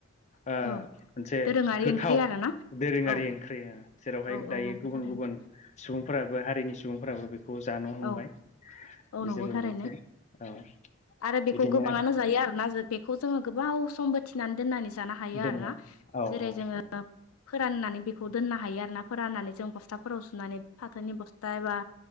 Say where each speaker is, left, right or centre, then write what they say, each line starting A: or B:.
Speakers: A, on the left (about 35°); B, on the left (about 85°).
A: ओ
B: औ
A: मोनसे
B: दोरोङारि
A: गोथाव
B: ओंख्रि आरोना
A: दोरोङारि
B: औ
A: ओंख्रि आ जेरावहाय
B: औ औ
A: दायो
B: नंगौ
A: गुबुन
B: थारैनो
A: गुबुन सुबुंफोराबो हारिनि सुबुंफोराबो बेखौ जानो हमबाय
B: औ औ
A: बे
B: नंगौ
A: जोबोर
B: थारैनो
A: मोनसे औ
B: आरो बेखौ
A: बिदिनो
B: गोबाङानो जायो आरोना बेखौ जोङो गोबाव सम बो थिनानै दोननानै जानो हायो
A: दोननो
B: आरोना
A: औ
B: जेरै
A: औ
B: जोङो फोराननानै बेखौ दोननो हायो आरोना फोराननानै जों बस्थाफोराव सुनानै फाथोनि बस्था एबा